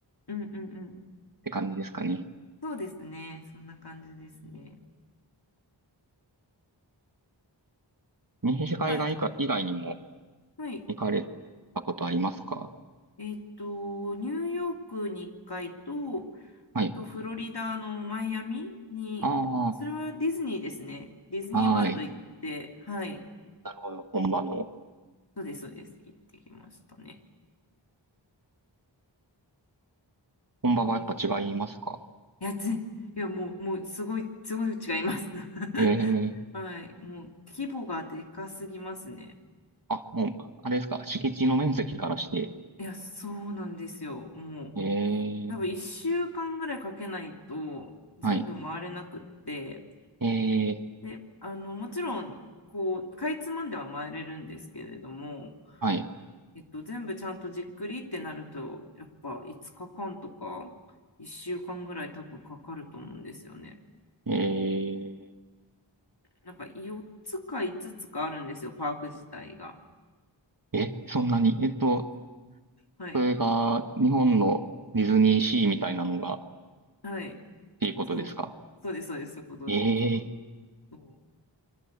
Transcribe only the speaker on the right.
て感じですかね。
西海岸以下以外にも
行かれたことありますか
はい。
あ
あ、はい。
なるほど。本場の、
本場はやっぱ違いますか
ええ
あ、もう、あれですか。敷地の面積からして、
ええ
はい。ええ、
はい。
え
ーえ、そんなに、えっと、
それが日本のディズニーシーみたいなのがっ
ていうことですか
ええ、い